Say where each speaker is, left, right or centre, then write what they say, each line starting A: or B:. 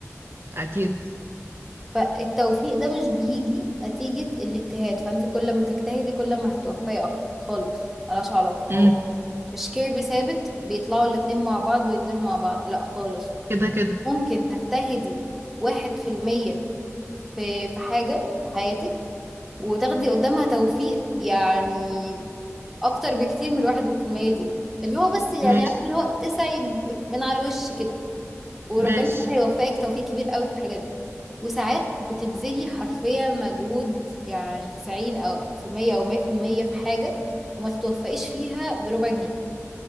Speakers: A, on the right; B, in the centre.
A: اكيد
B: فالتوفيق ده مش بيجي نتيجه الاجتهاد فانت كل ما تجتهدي كل ما هتتوفقي اكتر خالص ملهاش علاقه
A: امم
B: هو مش كيرف ثابت بيطلعوا الاتنين مع بعض وينزلوا مع بعض لا خالص
A: كده كده
B: ممكن تجتهدي واحد في المية في في حاجة في حياتك وتاخدي قدامها توفيق يعني اكتر بكتير من الواحد والمية دي اللي هو بس يعني
A: ماشي
B: عارف اللي هو تسعي ب- من على الوش كده وربنا
A: ماشي
B: سبحانه يوفقك توفيق كبير قوي في الحاجات دي وساعات بتبذلي حرفيا مجهود يعني 90 او في المية او 100% في المية في حاجة وما تتوفقيش فيها بربع جنيه